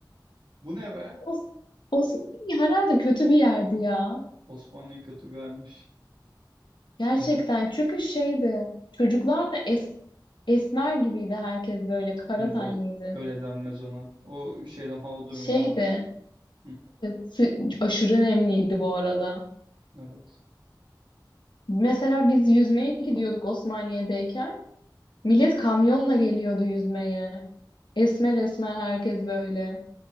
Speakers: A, on the right; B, on the left.
A: Bu ne be?
B: o, o herhalde kötü bir yerdi ya.
A: Osmanlı'ya kötü gelmiş.
B: Gerçekten
A: Bizim
B: çünkü şeydi çocuklar da es, esmer gibiydi herkes böyle kara
A: hı,
B: tenliydi.
A: o öyle denmez ona. O şeyden hava durumundan.
B: Şeydi
A: Hı,
B: sı- aşırı nemliydi bu arada.
A: evet.
B: Mesela biz yüzmeye gidiyorduk Osmaniye'deyken. Millet kamyonla geliyordu yüzmeye. Esmer esmer herkes böyle.